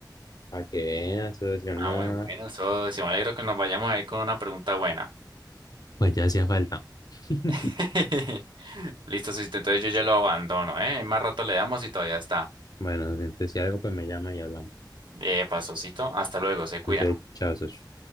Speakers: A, on the left; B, on the right.
A: A que vean, socio, nada.
B: Ah, muy bueno, socio. Me alegro que nos vayamos ahí con una pregunta buena.
A: Pues ya hacía falta. <laughs>
B: <laughs> Listo, sosito. Entonces yo ya lo abandono, ¿eh? Más rato le damos y todavía está.
A: Bueno, entonces si algo, pues me llama y hablamos.
B: Eh, pasosito. Hasta luego, se cuida.
A: Entonces, chao, socio.